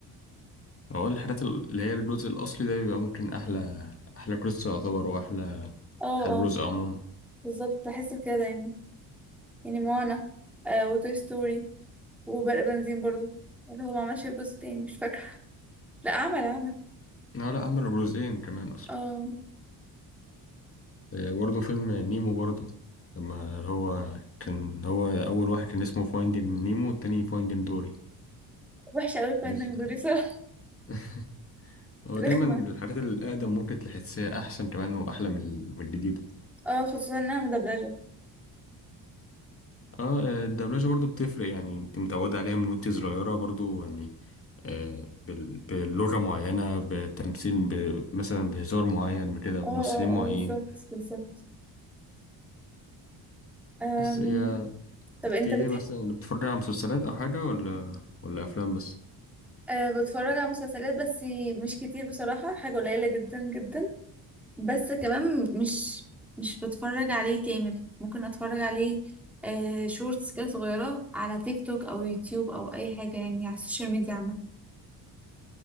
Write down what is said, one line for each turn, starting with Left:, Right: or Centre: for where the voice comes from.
Left: هو الحاجات اللي هي الجزء الاصلي ده بيبقى ممكن احلى احلى قصة يعتبر واحلى
Centre: اه
Left: احلى جزء
Centre: اه
Left: عموما
Centre: بالظبط بحس كده دايما يعني موانا آه وتوي ستوري وبرق بنزين برضو اللي هو ما عملش الجزء التاني مش فاكره <laughs> لا عمل عمل
Left: لا لا عملوا جزئين كمان اصلا
Centre: اه
Left: آه، برضو فيلم نيمو برضو لما هو كان هو اول واحد كان اسمه فايندين نيمو والتاني فايندين دوري
Centre: وحشه قوي الفنانين
Left: حز
Centre: دول بصراحه
Left: <laughs> هو
Centre: رخمه
Left: دايما الحاجات الأقدم ممكن تحسها أحسن كمان وأحلى من ال- من الجديدة
Centre: اه خصوصا انها مدبلجه
Left: اه الدبلجة برضو بتفرق يعني انت متعودة عليها من وانت صغيرة برضو يعني آه بال- بلغة معينة بتمثيل ب- مثلا بهزار معين بكده بممثلين
Centre: اه اه
Left: معين
Centre: اه بالظبط بالظبط أم...
Left: بس هي
Centre: طب
Left: انت
Centre: انت
Left: ايه
Centre: بتح...
Left: مثلا بتتفرج على مسلسلات أو حاجة ولا ولا أفلام بس
Centre: أه بتفرج على مسلسلات بس مش كتير بصراحة حاجة قليلة جدا جدا بس كمان مش مش بتفرج عليه كامل ممكن اتفرج عليه أه شورتس كده صغيرة على تيك توك او يوتيوب او اي حاجة يعني على السوشيال ميديا عامة